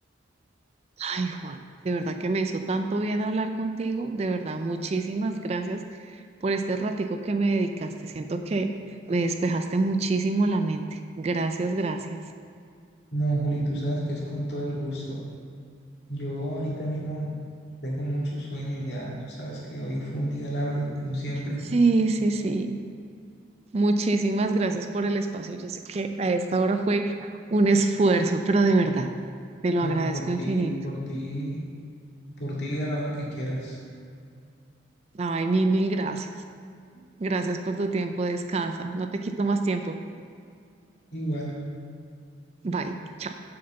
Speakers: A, on the right; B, on the left.
A: Ay, Juan, de verdad que me hizo tanto bien hablar contigo, de verdad, muchísimas gracias por este ratico que me dedicaste. Siento que me despejaste muchísimo la mente. Gracias, gracias.
B: No, Juli, tú sabes que es con todo el gusto. Yo ahorita mismo tengo mucho sueño ya, tú sabes que hoy fue un día largo, como siempre.
A: Sí, sí, sí. Muchísimas gracias por el espacio. Yo sé que a esta hora fue un esfuerzo, pero de verdad, te lo
B: No,
A: agradezco
B: por
A: infinito.
B: ti, por ti, por ti a la hora que quieras.
A: Ay, mil, mil gracias. Gracias por tu tiempo. Descansa. No te quito más tiempo.
B: Igual.
A: Bye. Chao.